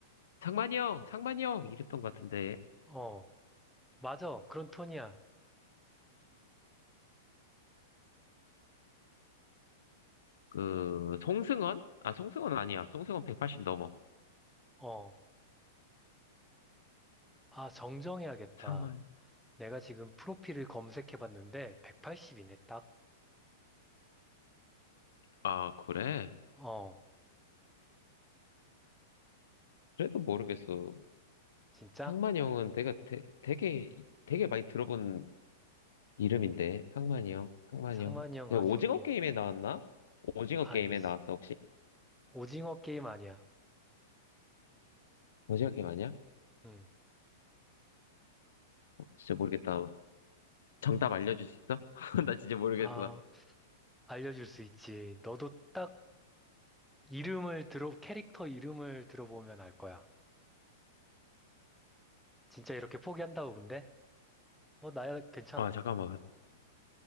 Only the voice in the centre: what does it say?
어, 맞아. 그런 톤이야.
어, 아, 정정해야겠다.
내가 지금 프로필을 검색해 봤는데 180이네, 딱.
어,
진짜?
상만이
형
아주
아니지.
오징어 게임 아니야.
응.
아. 알려줄 수 있지. 너도 딱 이름을 들어, 캐릭터 이름을 들어보면 알 거야. 진짜 이렇게 포기한다고, 근데? 뭐, 나야 괜찮아.